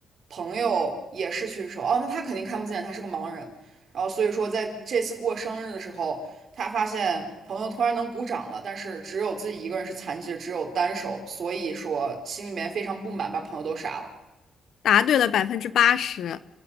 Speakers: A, on the right; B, on the left.
A: 朋友也失去手。哦，那他肯定看不见，他是个盲人。然后所以说，在这次过生日的时候，他发现朋友突然能鼓掌了，但是只有自己一个人是残疾的，只有单手，所以说心里面非常不满，把朋友都杀了。
B: 答对了百分之八十，